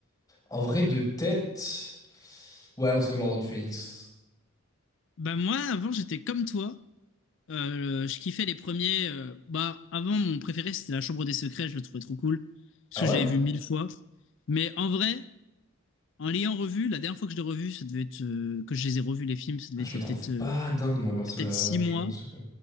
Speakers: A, on the left (about 20°); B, on the left (about 60°).
A: en vrai de tête, ouais, ou sinon l'Ordre du Phénix.
B: Bah moi, avant, j'étais comme toi. Euh, le- je kiffais les premiers. euh, bah, avant, mon préféré, c'était La Chambre des Secrets. Je le trouvais trop cool. Parce
A: Ah
B: que
A: ouais?
B: je l'avais vu mille fois. Mais en vrai, en l'ayant revu, la dernière fois que je l'ai revu, ça devait être. euh, que je les ai revus, les films, ça devait
A: Je
B: être
A: le
B: il y
A: trouve
B: a peut-être euh,
A: pas dingue, moi, perso,
B: peut-être
A: la
B: six mois.
A: chambre de secret.